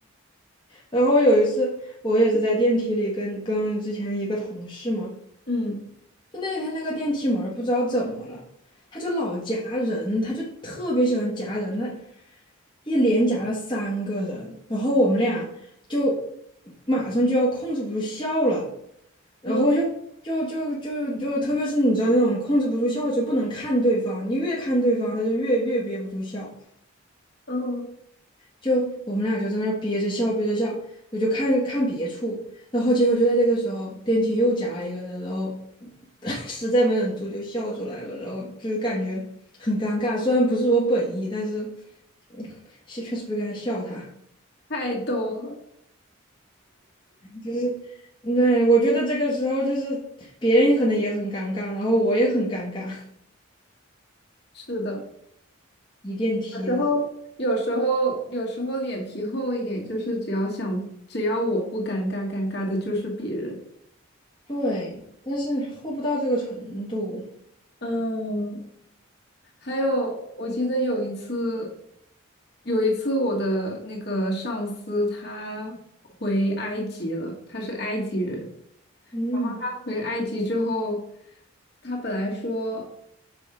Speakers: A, on the left; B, on the left.
A: 然后有一次，我也是在电梯里跟跟之前一个同事嘛，
B: 嗯
A: 就那天那个电梯门儿不知道怎么了，他就老夹人，他就特别喜欢夹人，他一连夹了三个人，然后我们俩就马上就要控制不住笑了，然后就就就就就特别是你知道那种控制不住笑的时候，
B: 嗯
A: 不能看对方，你越看对方，他就越越憋不住笑。
B: 嗯，
A: 就我们俩就在那儿憋着笑，憋着笑，我就看看别处，然后结果就在这个时候，电梯又夹了一个人，然后 <laughs> 实在没忍住就笑出来了，然后就是感觉很尴尬，虽然不是我本意，但是嗯是确实不该笑他。
B: 太逗了，
A: 就是那我觉得这个时候就是别人可能也很尴尬，然后我也很尴尬，
B: 是的，
A: <laughs> 一电梯的，
B: 有时候有时候有时候脸皮厚一点，就是只要想只要我不尴尬，尴尬的就是别人。
A: 对，但是厚不到这个程度，
B: 嗯，还有我记得有一次，有一次我的那个上司他回埃及了，他是埃及人。
A: 嗯，
B: 他回埃及之后，他本来说，